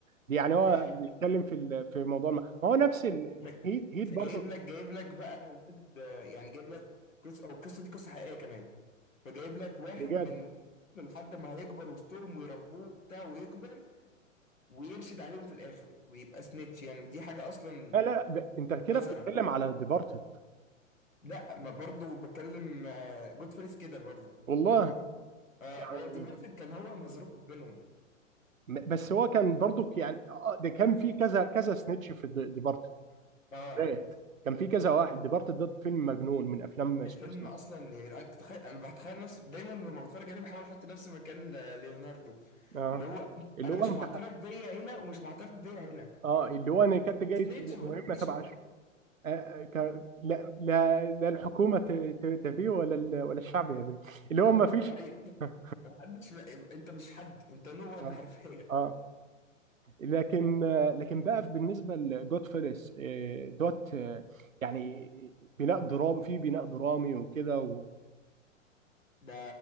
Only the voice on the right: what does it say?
دي يعني هو
بيتكلم في ال- في موضوع ما ما هو نفس ال-
هيت هيت
برضه
بجد
لا لا ب- انت كده
بتتكلم على ديبارتد
والله
يعني
م- بس هو كان برضو يعني آه، آه، ده كان في كذا كذا سنيتش في دي- ديبارتد
ذات. كان في كذا واحد ديبارتد ده فيلم مجنون من افلام
سكورسيزي
اه
اللي
هو
انت
اه اللي هو انا كنت
جاي
في مهمه
تبع
ش- آه، آه، ك... لا لا لا الحكومه ت- ت- تبيه ولا ال... ولا الشعب يبيه اللي هو ما فيش
<laughs>
اه
اه لكن لكن بقى بالنسبه لجود فيلس دوت آه، يعني بناء درامي في بناء درامي وكده و-